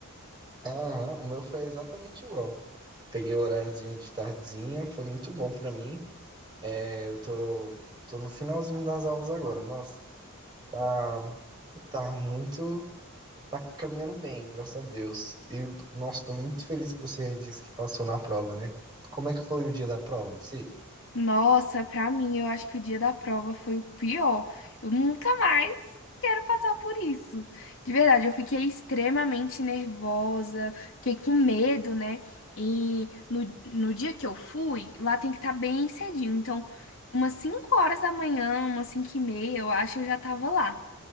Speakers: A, on the right; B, on the left.
A: Aham, o meu foi exatamente igual. Peguei o horáriozinho de tardezinha, foi muito bom pra mim. É, eu tô, tô no finalzinho das aulas agora. Nossa, tá, tá muito. Tá caminhando bem, graças a Deus. E, eu- nossa, tô muito feliz que você disse que passou na prova, né? Como é que foi o dia da prova em si?
B: Nossa, pra mim, eu acho que o dia da prova foi o pior. Eu nunca mais quero passar por isso. De verdade, eu fiquei extremamente nervosa, fiquei com medo, né? E no, no dia que eu fui, lá tem que estar bem cedinho. Então, umas 5 horas da manhã, umas 5 e meia, eu acho, eu já tava lá.